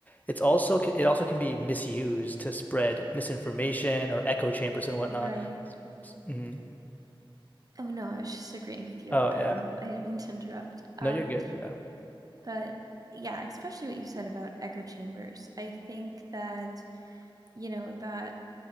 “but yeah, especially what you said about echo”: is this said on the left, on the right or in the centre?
Right